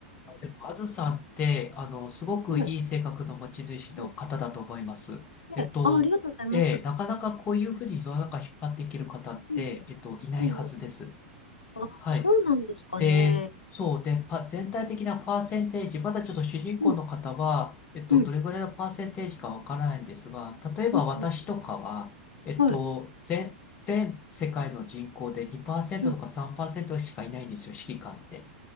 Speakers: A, on the left (about 25°); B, on the left (about 75°).
A: あでも、あずさんって、あの、すごくいい性格の持ち主の方だと思います。
B: はい。うん
A: えっと、
B: ね、あ、ありがとうございます。
A: ええ、なかなかこういうふうに世の中引っ張っていける方って、
B: うんうん。
A: えっと、いないはずです。
B: うんうん。あ、
A: はい。
B: そうなんですかね。
A: で、そう。で、パ、全体的なパーセンテージ、まだちょっと主人公の方は、
B: うん。
A: えっと、
B: うん。
A: どれぐらいのパーセンテージかわからないんですが、例えば私とかは、
B: うん。
A: えっと、
B: はい。
A: 全、全世界の人口で2%
B: うん。
A: とか3%しかいないんですよ、指揮官って。